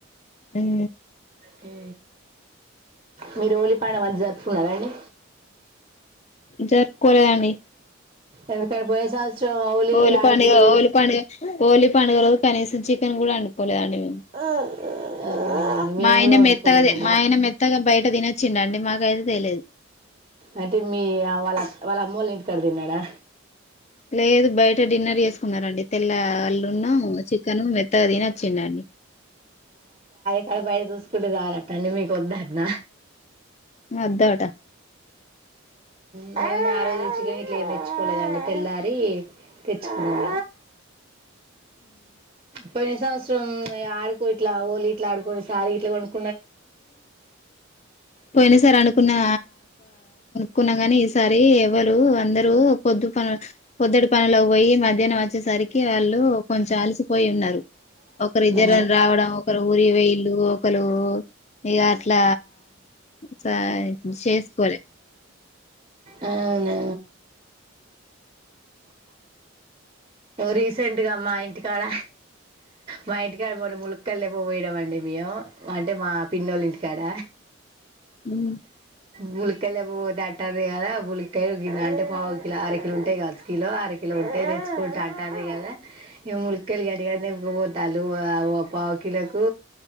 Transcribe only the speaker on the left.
ఉ
జరుపుకోలేదండి
ఓలి
పండుగ ఓలి పండుగ ఓలి పండుగదు కనీసం చికెన్ కూడా అండి ప అ
మా ఆయన
మెత్తగా మా ఆయన మెత్తగా బయట తినొచ్చిండండి మాకైతే తెలేదు
లేదు బయట డిన్నర్ వసుకున్నారండి తెల్ల అల్లున్న చికెను మెత్తగా తని వచ్చిన్నాడు
అద్ద అట
పోయినా సారి అనుకున్నా కున్న కాని ఈసారి ది ఎవరు అందరు పొద్దు పనులు పోద్దుటి పనులు పోయి మధ్యాహ్నం వచ్చేసరికి వాళ్ళు కొ చాల్సిపోయి ఉన్నారు ఒకరి ఇద్దరని
రావడం ఒకరు ఊరి వేలు హలో ఇగా అట్లా సాయి చేసుకోలే
ఉ